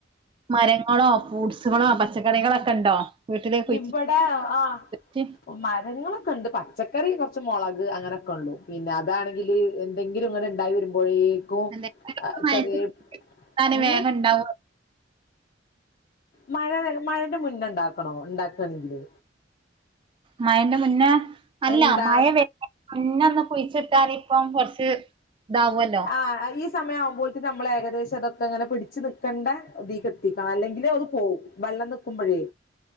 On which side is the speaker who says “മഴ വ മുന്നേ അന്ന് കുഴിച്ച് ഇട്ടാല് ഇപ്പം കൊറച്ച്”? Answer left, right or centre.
Right